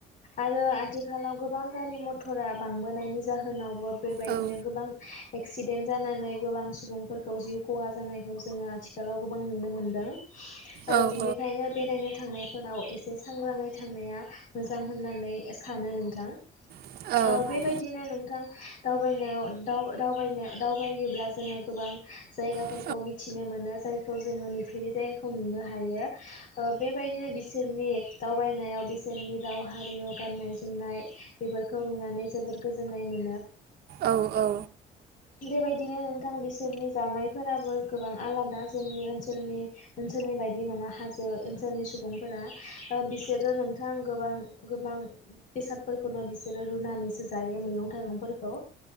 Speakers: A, on the left (about 50°); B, on the right (about 65°).
A: आरो आथिखालाव गोबां गाज रि मथ'रा बांबोनायनि जाहोनावबो बेबायदिनो
B: औ
A: गोबां एक्सिदेन जानानै गोबां सुबुंफोरखौ जिउ खहा जानायखौ जोङो आथिखालाव गोबां नुनो मोनदों। ओह
B: औ
A: बिनिखायनो
B: औ
A: बेरायनो थांनाय होनाव एसे सांग्राङै थांनाया मोजां होननानै सानो नोंथां।
B: नंगौ
A: ओह बेबायदिनो
B: औ
A: नों थां दावबायनायाव दाव दावबायनाया दावबायोब्ला जोङो गोबां जायगाफोरखौ
B: औ
A: मिथिनो मोनो जायखौ जोङो नुफेरि जायगाखौ नुनो हायो। ओह बेबायदिनो बिसोरनि दावबायनायाव बिसोरनि राव, हारिमु, गाननाय-जोमनाय बेफोरखौ नुनानै जोबोर गोजोननाय मोन
B: औ औ।
A: बेबायदिनो नोंथां बिसोरनि जानायफोराबो गोबां आलादा। जोंनि ओनसोलनि ओनसोलनिबायदि नङा हाजो ओनसोलनि सुबुंफोरा। ओ बिसोरो नोंथां गोबां गोबां बेसादफोरखौनो बिसोरो रुनानैसो जायो मैगं-थाइगंफोर खो ओ